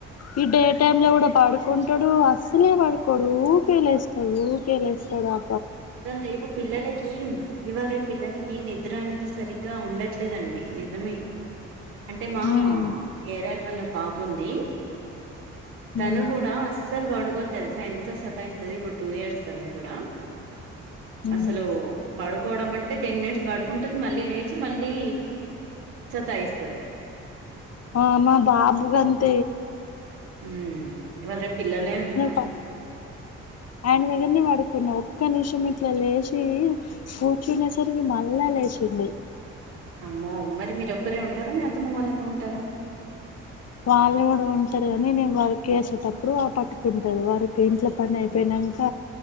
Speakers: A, on the left (about 45°); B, on the right (about 80°).
A: ఈ డే టైమ్ లో కూడా పడుకుంటాడు అస్సలే పడుకోడు ఊకేలేస్తాడు ఊకేలేస్తాడు అ
B: ఇవాళ రేపు పిల్లలకి ఇవాళ రేపు పిల్లలకి నిద్ర అనేది సరిగ్గా ఉండట్లేదండి నిజమే అంటే మా
A: ఉమ్
B: ఏరాల వల్ల పాప ఉంది తను
A: ఉమ్
B: కూడా అస్సలు పడుకోద్దు తెలుసా ఎంత సతాయిస్తది ఇప్పుడు టూ ఇయర్స్ న కూడా
A: ఉమ్
B: అసలు పడుకోవడం మంటే టెన్ మినిట్స్ పడుకుంటుంది మళ్ళీ లేచి మళ్ళీ సతాయిస్తుంది
A: ఆ మా బాబుగా అంతే
B: ఉ ఇవాళే పిల్లలే అంత
A: పక్ ఆయన దగ్గరనే పడుకున్నా ఒక్క నిమిషం ఇట్లా లేచి కూర్చునే సరికి మళ్ళా లేచింది
B: అమ్మో మరి మీర ఒక్కరే ఉంటారా మీ అతమ్మ వాళ్ళతో ఉంటారా
A: వాళ్ళు కూడా ఉంటారు కాని నే వారికి వేసేటప్పుడు పట్టుకుంటారు వారికి ఇంట్లో పని అయిపోయినాక